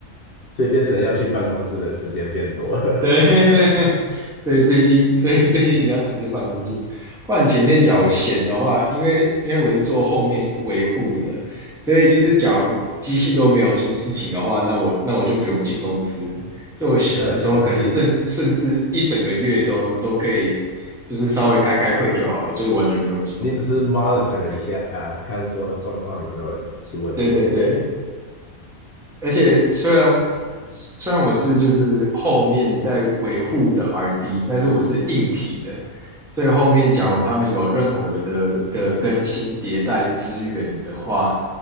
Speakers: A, on the left; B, in the centre.
A: 所以变成要去办公室的时间变多了。
B: 对，<laughs> 所以最近所以最近比较常去办公室，不然前面假如闲的话，
A: 嗯，
B: 因为因为我是做后面维护的，所以就是假如机器都没有出事情的话，那我那我就不用进公司。就我闲的时候，
A: 对啊你只是
B: 可能甚甚至一整个月都都可以，就是稍微开开会就好了，就是完全不用进公司。
A: 你只是 monitor 一下，看说状况有没有出问题而已。
B: 对对对。而且虽然虽然我是就是后面在维护的 RD，但是我是硬体的，所以后面假如他们有任何的的更新迭代支援的话，
A: 嗯，